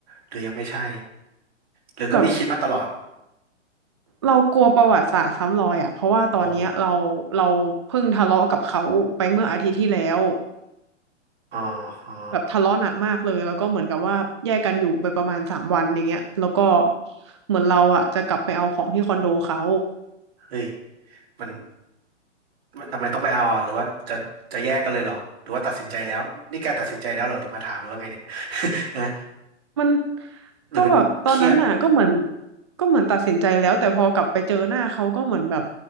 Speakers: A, on the right (about 60°); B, on the right (about 25°).
A: หรือยังไม่ใช่หรือก็มีคิดมาตลอด
B: แบบ เรากลัวประวัติศาสตร์ซ้ำรอยอ่ะเพราะว่าตอนเนี้ยเราเราเพิ่งทะเลาะกับเขาไปเมื่ออาทิตย์ที่แล้ว
A: โอ้อ๋อฮะ
B: แบบทะเลาะหนักมากเลยแล้วก็เหมือนกับว่าแยกกันอยู่ไปประมาณสามวันอย่างเงี้ยแล้วก็เหมือนเราอ่ะจะกลับไปเอาของที่คอนโดเขา
A: เฮ้ยมันมันทำไมต้องไปเอาอ่ะหรือว่าจะจะแยกกันเลยเหรอหรือว่าตัดสินใจแล้วนี่แกตัดสินใจแล้วเหรอถึงมาถามหรือว่าไงเนี่ย <laughs> ฮะ
B: มัน
A: หรือมันเครียด
B: ก็แบบตอนนั้นน่ะก็เหมือนก็เหมือนตัดสินใจแล้วแต่พอกลับไปเจอหน้าเขาก็เหมือนแบบ